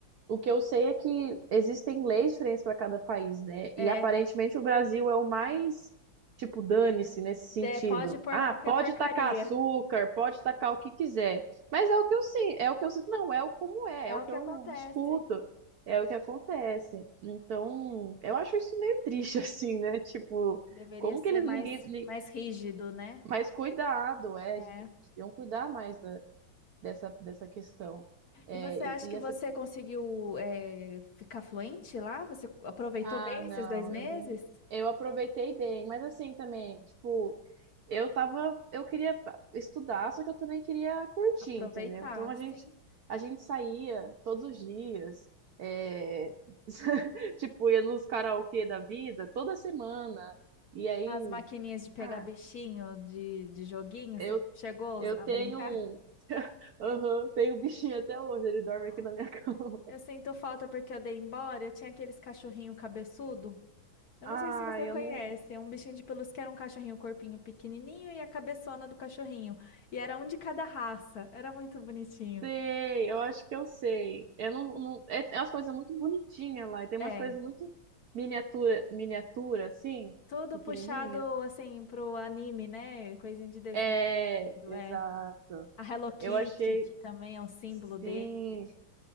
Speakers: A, on the right (about 65°); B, on the left (about 55°).
A: O que eu sei é que existem leis diferentes para cada país, né? E
B: É,
A: aparentemente o Brasil é o mais, tipo, dane-se nesse sentido.
B: é, pode pôr
A: Ah,
B: qualquer
A: pode
B: porcaria.
A: tacar açúcar, pode tacar o que quiser. Mas é o que eu sinto, é o que eu sinto, não, é o como é,
B: É
A: é o
B: o
A: que
B: que
A: eu
B: acontece.
A: escuto, é o que acontece. Então, eu acho isso meio triste, <laughs> assim, né? Tipo,
B: Deveria
A: como
B: ser
A: que eles
B: mais,
A: ninguém. ni-
B: mais rígido, né?
A: Mas cuidado, é,
B: É.
A: deviam cuidar mais da- dessa, dessa questão. É,
B: E você acha
A: e, e
B: que
A: essa
B: você conseguiu, é, ficar fluente lá? Você aproveitou
A: Ah,
B: bem
A: não,
B: esses dois meses?
A: eu não. Eu aproveitei bem, mas assim também, tipo, eu tava, eu queria pa- estudar, só que eu também queria curtir,
B: Aproveitar,
A: entendeu? Então a
B: sim.
A: gente, a gente saía todos os dias, é, <laughs> tipo, ia nos karaokê da vida toda semana. E aí,
B: As maquininhas de pegar
A: ah,
B: bichinho, de, de joguinho,
A: eu,
B: você chegou
A: eu
B: a
A: tenho
B: brincar?
A: um, <laughs> Aham, tenho um bichinho até hoje, ele dorme
B: Ó.
A: aqui na minha <laughs> cama.
B: Eu sinto falta porque eu dei embora. Eu tinha aqueles cachorrinho cabeçudo. Eu
A: Ah,
B: não sei se você
A: eu
B: conhece,
A: não.
B: é um bichinho de pelúcia que era um cachorrinho, o corpinho pequenininho e a cabeçona do cachorrinho. E era um de cada raça, era muito bonitinho.
A: Sei, eu acho que eu sei. Eu não, não, é, é umas coisas muito bonitinhas lá. E tem
B: É,
A: umas coisas muito miniatura, miniatura, assim,
B: tudo
A: pequenininha.
B: puxado assim pro anime, né? Coisinha de desenho,
A: É, exato.
B: é. A Hello Kitty,
A: Eu achei,
B: que também é um símbolo
A: sim,
B: deles.